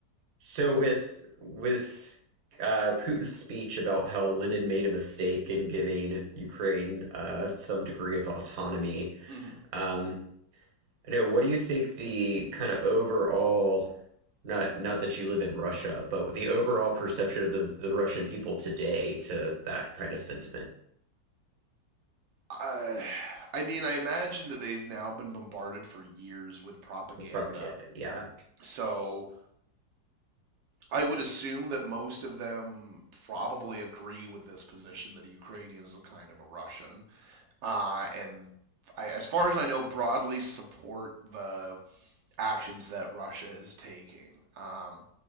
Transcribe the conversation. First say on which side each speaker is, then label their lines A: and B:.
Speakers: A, on the right (about 60°); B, on the right (about 85°).
A: So with with uh, Putin's speech about how Lenin made a mistake in giving Ukraine uh, some degree of autonomy,
B: mm-hmm.
A: um, I know, what do you think the kind of overall, not not that you live in Russia, but the overall perception of the, the Russian people today to that kind of sentiment,
B: Uh, I mean, I imagine that they've now been bombarded for years with propaganda
A: the propaganda? Yeah,
B: So I would assume that most of them probably agree with this position that a Ukrainian is a kind of a Russian, uh, and I, as far as I know, broadly support the actions that Russia is taking. Um,